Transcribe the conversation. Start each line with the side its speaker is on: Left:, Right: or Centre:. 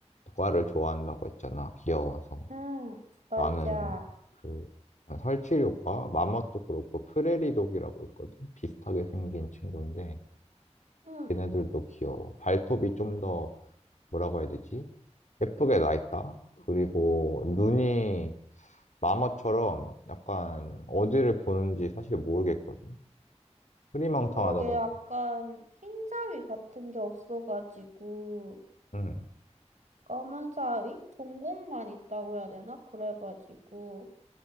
Left: 과를 좋아한다고 했잖아. 귀여워서.
Right: 응, 맞아.
Left: 나는 그 약간 설치류과 마멋도 그렇고 프레리독이라고 있거든. 비슷하게 생긴 친구인데
Right: 응,
Left: 걔네들도 귀여워. 발톱이 좀 더 뭐라고 해야 되지? 예쁘게 나 있다. 그리고 눈이 마멋처럼 약간 어디를 보는지 사실 모르겠거든. 흐리망탕하다고
Right: 그러게 약간
Left: 해야 되나?
Right: 흰 자위 같은 게 없어가지고,
Left: 응,
Right: 검은 자위? 동공만 있다고 해야 되나? 그래가지고.